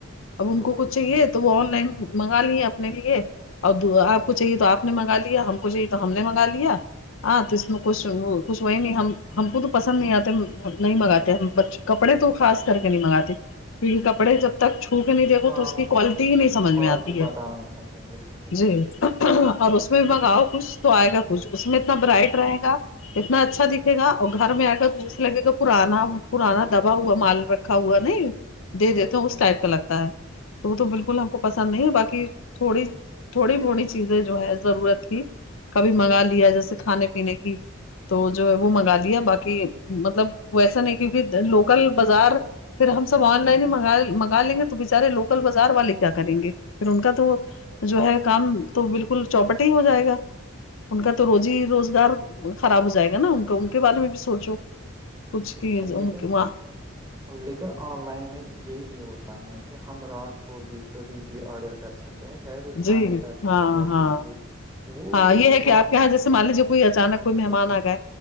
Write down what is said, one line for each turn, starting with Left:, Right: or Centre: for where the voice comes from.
Left: اب ان کو
Right: بالکل
Left: کچھ چاہیے تو وہ آن لائن منگا لیے ا نے لیے اب آپ کو چاہیے تو آپ نے منگا لیا ہم کو چاہیے تو ہم نے منگا لیا ہاں تو اس میں کچھ کچھ وہی نہیں ہم ہم کو تو پسند نہیں آتے نہیں منگاتے ہم بچ کپڑے تو خاص کر کے نہیں منگاتے کیونکہ ک کپڑے جب تک چھو کے نہیں دیکھو
Right: ہاں
Left: تو اس کی کوالٹی ہی نہیں سمجھ
Right: کوالٹی
Left: میں آتی
Right: پت
Left: ہے
Right: نہیں چلتی بالکل بالکل
Left: جی اور اس میں بھی منگاؤ
Right: بالکل
Left: کچھ تو آئے گا کچھ اس میں اتنا برائٹ رہے گا اتنا اچھا دکھے گا اور گھر میں آ کر جسے لگے گا پرانا پرانا دبا ہوا مال رکھ رکھا ہوا نہیں دے دیتے
Right: بالکل
Left: اس ٹائپ کا لگتا ہے تو وہ تو بالکل ہم کو پسند نہیں ہے باقی تھوڑی تھوڑی موڑی چیزیں جو ہے ضرورت تھی کبھی منگا لیا جیسے کھانے پینے کی تو جو ہے وہ منگا دیا باقی مطلب وہ ایسا نہیں کیکہ لوکل بازار پھر ہم سب آن لائن ہیگ منگا لیں گے تو بچارے لوکل بازار والے کیا کریں گے پھر ان کا تو جو ہے کام تو بالکل چوپٹ ہی ہو جائے گا ان کا تو روزی روزگار خراب ہو جائے گا نا ان کا ان کے بارے میں بھی سوچو کچھ کی ان
Right: لیکن
Left: کے وہاں.
Right: لیکن آن لائن میں ہی یہ بھی ہوتا ہے کہ ہم رات کو بھی کبھی بھی آرڈر کر سکتے ہیں چاہے بھی کھانے
Left: جی
Right: کا چیز
Left: ہاں
Right: یا
Left: ہاں
Right: کچھ بھی وہ
Left: ہاں یہ ہے
Right: شاپ
Left: کہ آپ یہاں جیسے مان لیجیے کوئی اچانک
Right: بالکل
Left: کوئی مہمان آ گئے